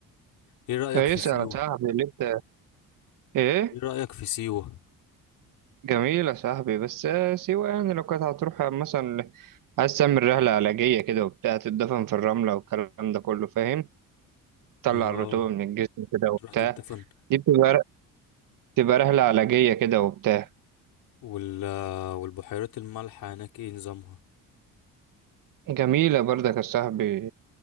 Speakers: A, on the left (about 80°); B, on the right (about 70°).
A: ايه رايك
B: فيسأل
A: في سيوه
B: يا صاحبي اللي انت ايه
A: ايه رايك في سيوه
B: جميل يا صاحبي بس آه، سيوة يعني لو كانت هتروح مثلا عايز تعمل رحلة علاجية كده وبتاع تتدفن في الرملة والكلام ده كله فاهم تطلع
A: اه
B: الرطوبة من الجسم كده وبتاع
A: تروح تتدفن
B: دي بتبقى بتبقى رحلة علاجية كده وبتاع
A: وال والبحيرات المالحة هناك ايه نظامها
B: جميلة برضك يا صاحبي